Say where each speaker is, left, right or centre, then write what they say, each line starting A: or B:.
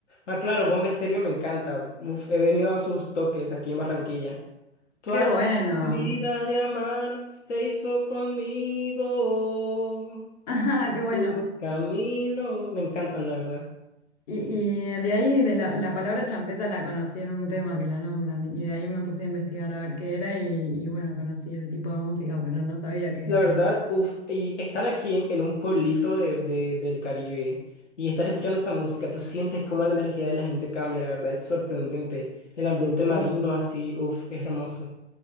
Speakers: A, on the left; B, on the left.
A: Ah, claro, Bomba Estéreo me encanta. Uf, he venido a sus toques aquí en Barranquilla. Tu
B: Qué
A: alma
B: bueno.
A: medida
B: <laughs>
A: de amar se hizo conmigo.
B: Ah,
A: Hicimos
B: qué bueno.
A: caminos. Me encantan, la verdad.
B: Y, y de ahí, de la, la palabra champeta la conocí en un tema que la nombran. Y de ahí me puse a investigar a ver qué era. Y, y bueno, conocí el tipo de música, pero no sabía qué
A: La
B: era.
A: verdad, uff, y estar aquí en un pueblito de, de- del Caribe y estar escuchando esa música, tú sientes cómo la energía de la gente cambia, la verdad, es sorprendente. El ambiente
B: Sí.
A: marino así, uff, es hermoso.